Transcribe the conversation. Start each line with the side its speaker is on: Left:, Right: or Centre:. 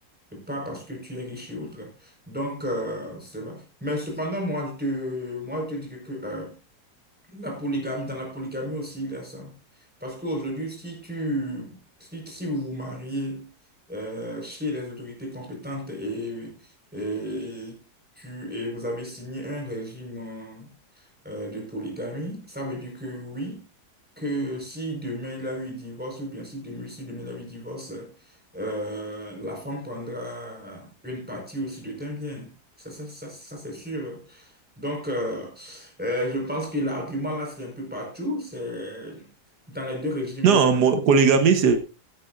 Centre: et pas parce que tu es riche et autre. Donc, euh, c'est là. Mais cependant, moi, je te, moi, je te dis que, euh, la polygamie, dans la polygamie aussi, il y a ça. Parce qu'aujourd'hui, si tu, si, si vous vous mariez euh, chez les autorités compétentes et, et, tu, et vous avez signé un régime euh, euh, de polygamie, ça veut dire que oui, que si demain il y a eu divorce, ou bien si demain, si demain il y a eu divorce, euh, la femme prendra une partie aussi de tes biens. Ça, ça, ça, ça c'est sûr. Donc, euh, euh, je pense que l'argument là, c'est un peu partout. C'est dans les deux régimes.
Right: Non,
Centre: il est-
Right: mo- polygamie, c'est